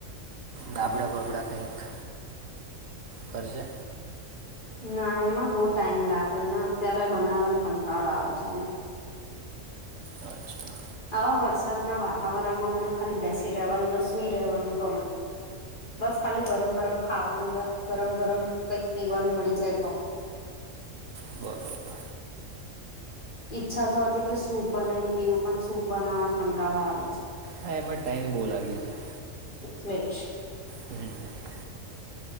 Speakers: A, on the right; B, on the left.
A: ગાબડા બાબડા કંઈક કરજે.
B: ના એમાં બહુ ટાઈમ લાગે ને અત્યારે બનાવાનો કંટાળો આવે છે મન
A: અચ્છા.
B: આવા વરસાદના વાતાવરણમાં મને ખાલી બેસી રહેવાનું ને, સુઈ રહેવાનું ગમે. બસ ખાલી ગરમ ગરમ ખાવાનું ને, ગરમ ગરમ કઈક પીવાનું મળી જાય તો.
A: બરોબર.
B: ઈચ્છા તો હતી કે સૂપ બનાવીને પીવું, પણ સૂપ બનાવાનો કંટાળો આવે છે.
A: હા એમાં ટાઈમ બહુ લાગી જાય.
B: એટલે જ.
A: હમ